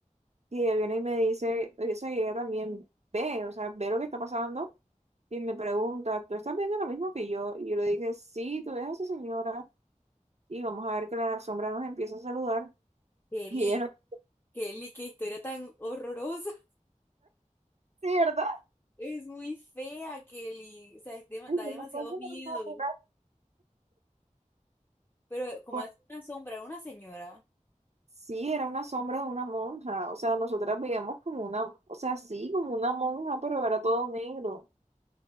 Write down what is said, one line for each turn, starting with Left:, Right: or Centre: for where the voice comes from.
Right: Y ella viene y me dice, o sea, y ella también ve, o sea, ve lo que está pasando y me pregunta, ¿tú estás viendo lo mismo que yo? Y yo le dije, sí, tú ves a esa señora y vamos a ver que la sombra nos empieza a saludar. <laughs>
Left: Kelly,
Right: Y ella, no,
Left: Kelly, qué historia tan horrorosa. <laughs>
Right: sí, ¿verdad?
Left: Es muy fea, Kelly. O sea, es dema-
Right: Y
Left: da demasiado
Right: yo, "No, ¿cómo
Left: miedo.
Right: no, no, pero-".
Left: Pero como
Right: Pues,
Left: hace una sombra, era una señora,
Right: sí, era una sombra de una monja, o sea, nosotras veíamos como una, o sea, sí, como una monja, pero era todo negro.